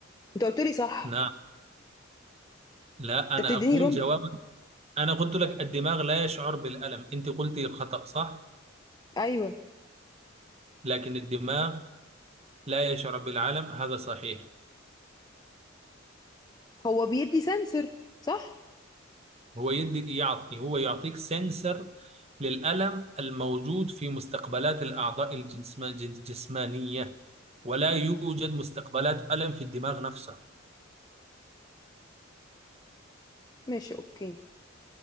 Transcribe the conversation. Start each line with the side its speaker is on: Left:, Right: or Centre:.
Left: انت قلت لي صح
Right: نعم لا
Left: انت
Right: أنا
Left: بتديني
Right: أقول
Left: رمز
Right: جوابك أنا قلت لك الدماغ لا يشعر بالألم أنت قلت خطأ صح؟
Left: ايوه
Right: لكن الدماغ لا يشعر بالعلم هذا صحيح
Left: هو بيدي سنسر صح
Right: هو يدي يعطي هو يعطيك سنسر للألم الموجود في مستقبلات الأعضاء الجسم- الجسمانية ولا يوجد مستقبلات ألم في الدماغ نفسه
Left: ماشي اوكي